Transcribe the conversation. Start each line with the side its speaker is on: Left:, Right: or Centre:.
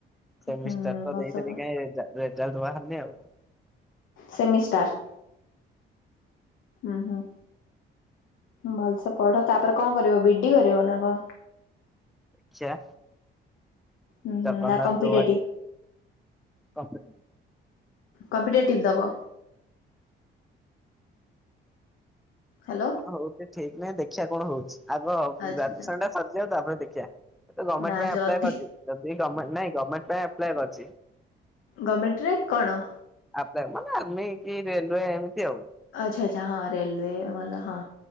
Centre: ସେମିଷ୍ଟାର
Left: ହୁଁ
Centre: ତ
Left: ଭଲସେ
Centre: ଦେଇଥିଲି
Left: ପଢ଼
Centre: କାଇଁ ରେଜା ରେଜାଲ୍ଟ ବାହାରିନି ଆଉ।
Left: ସେମିଷ୍ଟାର ଉଁ ହୁଁ ଭଲସେ ପଢ ତାପରେ କଁ କରିବ ବିଡି କରିବ ନା କଁ?
Centre: ଦେଖିଆ
Left: ହୁଁ ହୁଁ
Centre: ଜଗନ୍ନାଥ
Left: ନା କମ୍ପିଟେବ୍
Centre: ଯୋଉ ବାଟ କମ୍ପି
Left: କମ୍ପିଟେଟିବ ଦବ। ହାଲୋ
Centre: ହଉଛି ଠିକ୍ ନାହିଁ ଦେଖିବା କଣ ହଉଛି ଆଗ ଗ୍ରାଜୁଏସନ୍
Left: ଆଚ୍ଛା ଆଚ୍ଛା।
Centre: ଟା ସରିଯାଉ ତାପରେ ଦେଖିଆ। ଗମେଣ୍ଟ୍
Left: ନା
Centre: ପାଇଁ
Left: ଯଦି
Centre: ଆପ୍ଲାଏ କରିଛି ଯଦି ଗମେଣ୍ଟ୍ ନାଇଁ ଗମେଣ୍ଟ୍ ପାଇଁ ଆପ୍ଲାଏ କରିଛି।
Left: ଗମେଣ୍ଟ୍ ରେ କଣ।
Centre: ଆପ୍ଲାଏ ମାନେ ଆର୍ମି କି ରେଲୱେ ଏମିତି ଆଉ।
Left: ଆଚ୍ଛା ଆଚ୍ଛା ହଁ ରେଲୱେ ଭଲ ହଁ